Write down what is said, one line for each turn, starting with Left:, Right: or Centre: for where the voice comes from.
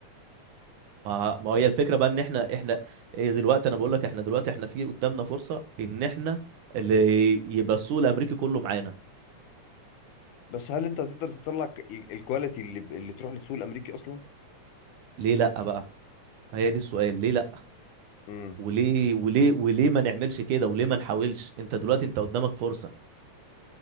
Right: ما ما هي الفكره بقى ان احنا احنا ايه دلوقتي انا بقول لك احنا دلوقتي احنا في قدامنا فرصه ان احنا اللي يبقى السوق الامريكي كله معانا
Left: بس هل انت هتقدر تطلع ك- ال- الكواليتي اللي اللي تروح للسوق الامريكي اصلا
Right: ليه لا بقى ما هي دي السؤال ليه لا
Left: امم
Right: وليه وليه وليه ما نعملش كده وليه ما نحاولش انت دلوقتي انت قدامك فرصه